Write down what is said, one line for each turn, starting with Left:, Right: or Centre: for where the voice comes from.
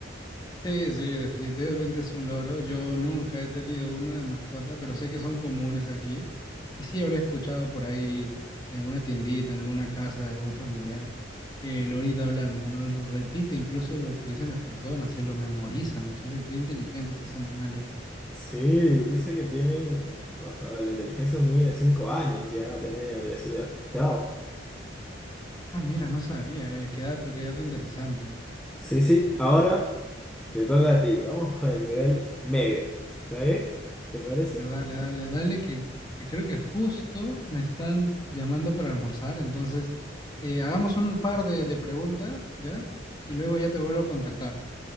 Left: Sí, sí, definitivamente es un loro. Yo nunca he tenido uno de mascota, pero sé que son comunes aquí. Y sí habré escuchado por ahí en alguna tiendita, en alguna casa de algún familiar, el lorito hablando, ¿no? Repite incluso lo que dicen las personas, se lo memorizan. En serio, qué inteligentes estos animales.
Centre: Sí, dice que tienen, o sea, la inteligencia de un niño de 5 años llegan a tener y así, ¿has escuchado?
Left: Ah, mira, no sabía. eh, Qué dato, qué dato interesante. ah, eh.
Centre: Sí, sí,
Left: Bueno,
Centre: ahora te toca a ti, vamos con el nivel medio, ¿está bien? ¿Te parece?
Left: a ver, dale, dale, dale, que, que creo que justo me están llamando para almorzar. Entonces, eh, hagamos un par de, de preguntas, ¿ya? Y luego ya te vuelvo a contactar.